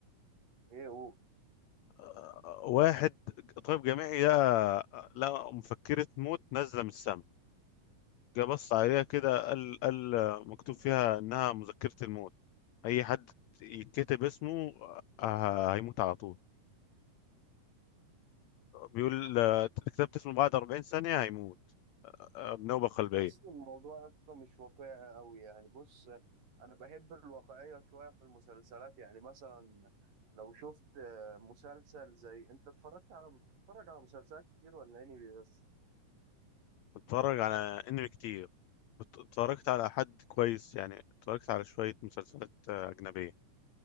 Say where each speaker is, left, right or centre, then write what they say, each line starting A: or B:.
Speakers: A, on the right; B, on the left.
A: إيه هو
B: آه، واحد طبيب جامعي لقى لقى مفكرة موت نازلة من السما جه بص عليها كده قال قال مكتوب فيها انها مذكرة الموت اي حد يتكتب اسمه آه، هيموت على طول بيقول آه، كتبت اسمه بعد 40 ثانية هيموت آه، بنوبة قلبية
A: حاسس إن الموضوع أصلا مش واقعي أوي يعني بص أنا بحب الواقعية شوية في المسلسلات يعني مثلا لو شفت آه، مسلسل زي أنت اتفرجت على بتتفرج على مسلسلات كتير ولا يعني بس
B: بتفرج على انمي كتير بت- اتفرجت على حد كويس يعني اتفرجت على شوية مسلسلات آه، أجنبية